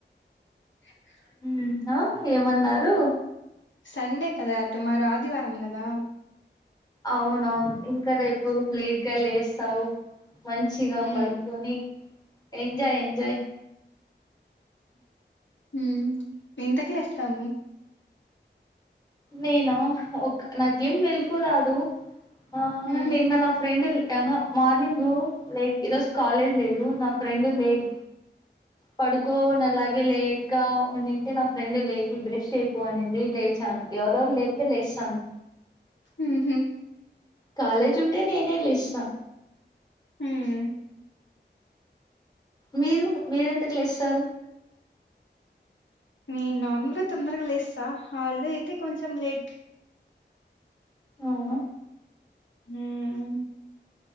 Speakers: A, on the left (about 80°); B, on the left (about 20°).
A: <unintelligible>
B: ఉమ్ హా ఏమన్నారు
A: సండే కదా టుమారో ఆదివారం గదా
B: అవునవును ఇంకా రేపు లేట్గా లేస్తావు మంచిగా
A: మ్మ్,
B: పడుకొని ఎంజాయ్ ఎంజాయ్
A: ఉమ్ ఎంతకిలేస్తావు
B: నేను ఒక నాకేం మెలుకు రాదు ఆ
A: హ్మ్
B: నిన్న నా ఫ్రెండ్ ల్ అహ మార్నింగు లేట్ ఇ రోజ్ కాలేజ్ లేదు నా ఫ్రెండ్ లేట్ పడుకోని అలాగే లేట్గా ఉండింటే నా ఫ్రెండ్ లేపి బ్రష్ చెయ్ పో అనిం నేన్ లేచాను ఎవరెవరు లేపితే లేచాను
A: ఉహూ
B: కాలేజ్ ఉంటే నేనే లేస్తా
A: ఊమ్
B: మీరు మీరెంతకి లేస్తారు
A: నే నార్మల్గా తొందరగ లేస్తా హాల్డే అయితే కొంచెం లేట్
B: అవునా
A: హ్మ్మ్